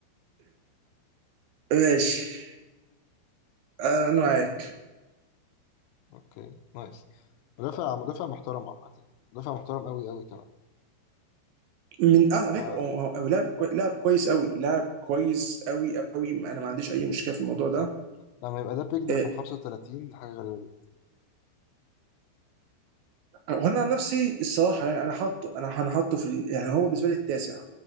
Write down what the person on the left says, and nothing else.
اوكي نايس مدافع مدافع محترم عامة مدافع محترم قوي قوي كمان
ف-
بالظبط
لما يبقى ده بيك ده
رقم 35 حاجة غريبة جدا